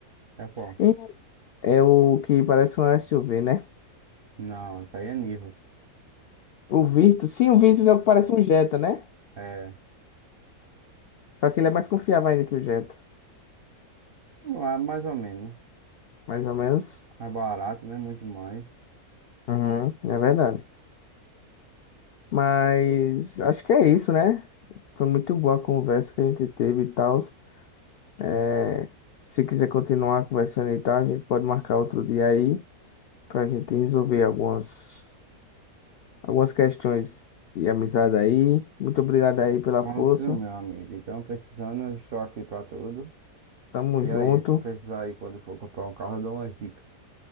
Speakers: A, on the right; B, on the left.
A: É qual?
B: E é o que parece um SUV, né?
A: Não, isso aí é Nivus.
B: O Virtus. Sim, o Virtus é o que parece um Jetta, né?
A: É,
B: Só que ele é mais confiável ainda que o Jetta.
A: lá, mais ou menos.
B: Mais ou menos.
A: É barato, né? Muito mais.
B: Uhum, é verdade. Mas acho que é isso, né? Foi muito boa a conversa que a gente teve e tal. É, se quiser continuar conversando e tal, a gente pode marcar outro dia aí. pra gente resolver algumas, algumas questões de amizade aí. Muito obrigado aí pela
A: Pronto,
B: força.
A: meu amigo. Então, precisando, eu estou aqui pra tudo.
B: Tamo
A: E
B: junto.
A: aí, se precisar aí, quando for comprar um carro, eu dou umas dicas.